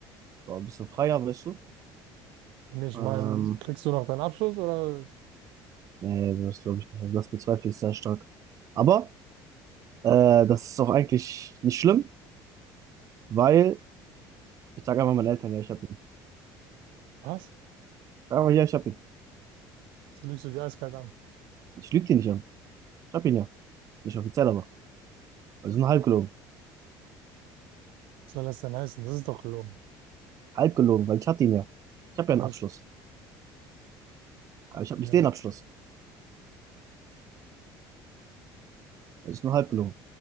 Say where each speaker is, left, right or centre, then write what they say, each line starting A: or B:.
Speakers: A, on the right; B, on the right.
A: So ein bisschen freier, weißt du.
B: Ich
A: Ähm,
B: meine, kriegst du noch deinen Abschluss oder
A: nee, das glaube ich nicht. Also das bezweifle ich sehr stark. Aber äh, das ist auch eigentlich nicht schlimm, weil ich sage einfach meinen Eltern, ja, ich hab ihn.
B: was?
A: Sag einfach, ja, ich hab ihn.
B: So lügst du die eiskalt an.
A: Ich lüge dir nicht an. Ich hab ihn ja. Nicht offiziell, aber. Also nur halb gelogen.
B: Was soll das denn heißen? Das ist doch gelogen.
A: Halb gelogen, weil ich hatte ihn ja. Ich habe ja
B: Du
A: einen
B: hast,
A: Abschluss. Aber ich habe
B: ja.
A: nicht den Abschluss. Das ist nur halb gelogen.